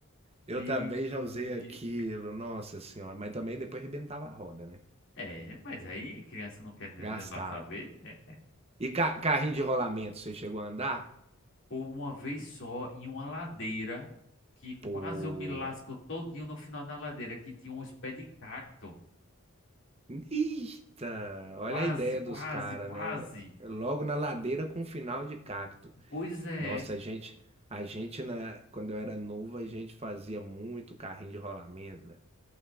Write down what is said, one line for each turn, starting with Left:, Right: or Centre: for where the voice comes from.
Left: Meu
Right: eu também já
Left: amigo.
Right: usei aquilo, nossa senhora, mas também depois rebentava a roda, né?
Left: É, mas aí criança não quer nem
Right: Gastava.
Left: lá saber, né?
Right: E ca carrinho de rolamento, você chegou a andar?
Left: Ou uma vez só em uma ladeira que
Right: Pô,
Left: quase eu me lasco
Right: velho.
Left: todinho no final da ladeira que tinha uns pés de cacto.
Right: Eita, olha
Left: Quase,
Right: a ideia dos
Left: quase,
Right: caras,
Left: quase.
Right: né? Logo na ladeira com final de cacto.
Left: Pois é.
Right: Nossa, a gente, a gente na, quando eu era novo, a gente fazia muito carrinho de rolamento, velho.